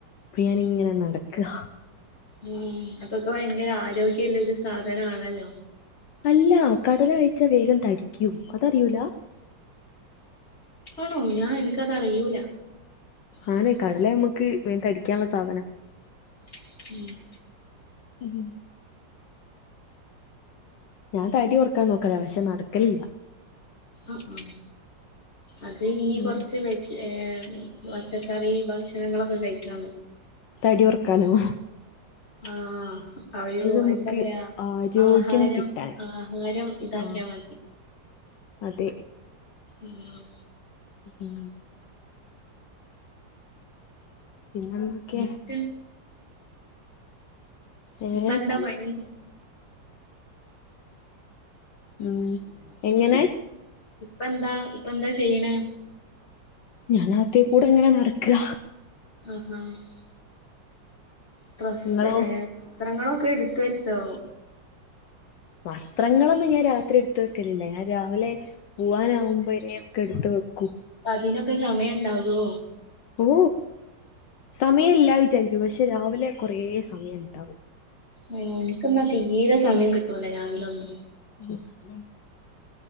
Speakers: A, on the left; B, on the left.
A: ഇപ്പ ഞാനിങ്ങനെ നടക്കാ.
B: ഉം അതൊക്കെ വയങ്കര ആരോഗ്യള്ളൊരു സാധനാണല്ലോ
A: അല്ലാ കടല കഴിച്ചാ വേഗം തടിക്കും അതറിയൂലാ
B: ആണോ ഞാൻ ഇന്ക്കത് അറിയൂല
A: ആണേ കടല ഞമ്മക്ക് വേം തടിക്കാള്ള സാധനാ
B: <unintelligible>
A: ഉഹും ഞാൻ തടി കൊറക്കാൻ നോക്കലാ പക്ഷേ നടക്കലില്ല
B: ആഹ് ആഹ് അത് ഇഞ്ഞ്
A: ഉം
B: കൊറച്ച് വെ ഏഹ് പച്ചക്കറി ഭക്ഷണങ്ങളൊക്കെ കയിച്ചാ മതി
A: തടി കൊറക്കാനോ?
B: ആഹ് അയോ
A: നമുക്ക്
B: എന്താ പറയാ
A: ആരോഗ്യം
B: ആഹാരം
A: കിട്ടാൻ
B: ആഹാരം ഇതാക്കിയാ
A: ആഹ്
B: മതി
A: അതെ
B: ഉം
A: ഉം ന്നെന്തൊക്കേ
B: ഇപ്പ
A: എങ്ങനേ
B: ഇപ്പ എന്താ പണി
A: ഉം എങ്ങനെ
B: പ്പന്താ ഇപ്പന്താ ചെയ്യ്ണേ
A: ഞാനകത്തേക്കൂടെങ്ങനെ നടക്ക
B: <unintelligible> ഡ്രസ്സ്‌
A: നിങ്ങളോ
B: ഏ സ്ത്രങ്ങളൊക്കെ എടുത്ത് വെച്ചോ
A: വസ്ത്രങ്ങളൊന്നും ഞാൻ രാത്രി എടുത്ത് വെക്കലില്ല ഞാൻ രാവിലേ പൂവാനാവുമ്പയേ ഒക്കെ എട്ത്ത് വെക്കു
B: പ്പതിനൊക്കെ സമയണ്ടാകോ
A: ഓ സമയല്ലാ വിചാരിക്കും പക്ഷെ രാവിലെ കൊറേ സമയണ്ടാവും
B: ആഹ് എനിക്കന്നാ തീരെ സമയം കിട്ടൂല രാവിലെ ഒന്നിനും
A: ഉം